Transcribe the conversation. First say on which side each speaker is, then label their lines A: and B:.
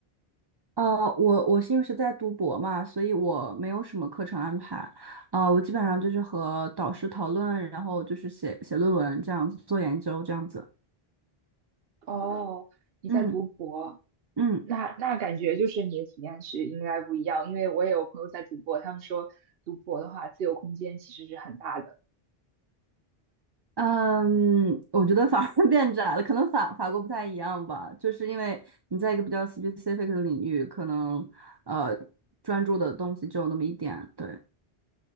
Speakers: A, on the right; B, on the right.
A: 呃，我我是因为是在读博嘛，所以我没有什么课程安排。啊、我基本上就是和导师讨论，然后就是写写论文这样子，做研究这样子。
B: 哦，你在读博，
A: 嗯嗯
B: 那那感觉就是你的体验是应该不一样，因为我也有朋友在读博，他们说读博的话，自由空间其实是很大的。
A: 嗯，我觉得反而 <laughs> 变窄了，可能法法国不太一样吧，就是因为你在一个比较 specific 的领域，可能呃专注的东西只有那么一点，对，